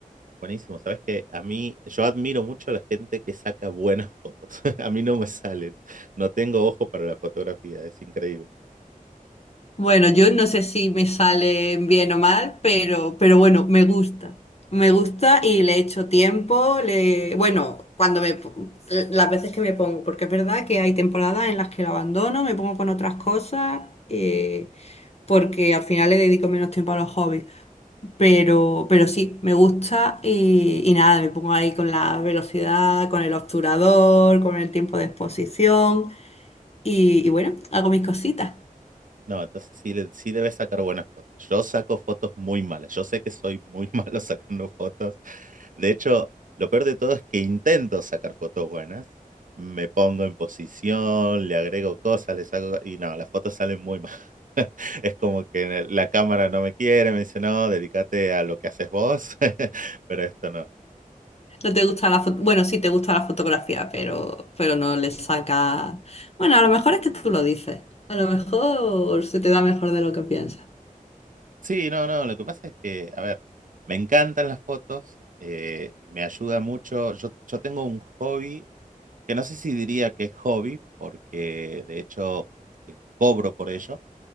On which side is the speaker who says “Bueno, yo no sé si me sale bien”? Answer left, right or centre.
Left